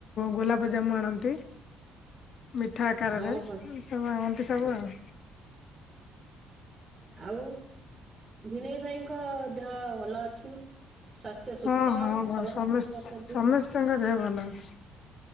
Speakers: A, on the left; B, on the right.
A: ଗୋଲାପଜାମୁ ଆଣନ୍ତି। ମିଠା
B: ଆଉ
A: ଆକାରରେ
B: ହଁ ଅଛି
A: ଏ ସବୁ ଆଣନ୍ତି ସବୁ
B: ହଁ
A: ଆଉ?
B: ଆଉ ଭେଣେଇ ଭାଇଙ୍କ ଦେହ ଭଲ ଅଛି ସ୍ୱାସ୍ଥ୍ୟ। ସୁସ୍ଥ
A: ହଁ ହଁ ଭ
B: ସବଳ
A: ସମସ୍ତ
B: ସବୁ ଅଛନ୍ତି।
A: ସମସ୍ତିଙ୍କ ଦେହ ଭଲ ଅଛି।